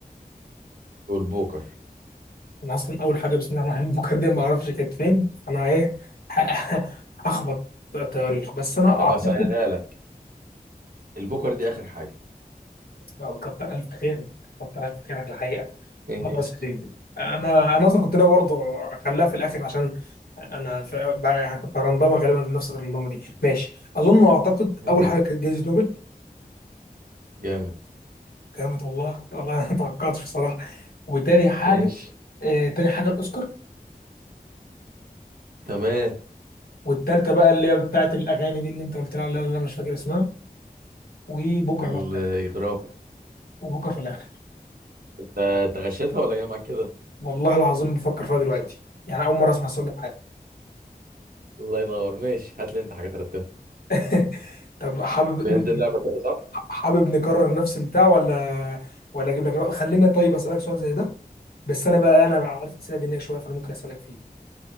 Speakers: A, on the right (about 65°); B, on the left (about 75°).
A: البوكر
B: انا اصلا اول حاجه بسم الله الرحمن الرحيم بكره دي ما اعرفش كانت فين انا ايه ه- <laughs> هخبط تواريخ بس انا
A: طب
B: اعتقد
A: هسهلها لك البوكر دي آخر حاجة
B: آه، كتر الف خير كتر الف خيرك الحقيقه
A: <laughs>
B: خلاص
A: ماشي
B: يا سيدي انا انا اصلا كنت ناوي برضه اخليها في الاخر عشان انا ف- بقى يعني كنت رندمه غالبا بنفس الرندمه دي ماشي اظن واعتقد
A: ماشي.
B: اول حاجه كانت جائزه نوبل
A: جامد
B: جامد والله والله انا ما توقعتش بصراحه وتاني حاجه
A: ماشي
B: آه، تاني حاجه الاوسكار
A: تمام
B: والتالتة بقى اللي هي بتاعت الأغاني دي اللي أنت قلت لها اللي أنا مش فاكر اسمها وبكر
A: الغرام
B: بقى في الآخر وبكر في الآخر
A: انت أنت غشيتها ولا جاي معاك كده
B: والله العظيم بفكر فيها دلوقتي يعني أول مرة أسمع السؤال ده في حياتي
A: الله ينور ماشي هات لي انت حاجة ترتبها
B: <laughs> طب حابب
A: فهمت اللعبة كده صح
B: حابب نكرر نفس البتاع ولا ولا أجيب لك خلينا طيب أسألك سؤال زي ده بس أنا بقى أنا عارف أسئلة دينية شوية فأنا ممكن أسألك فيه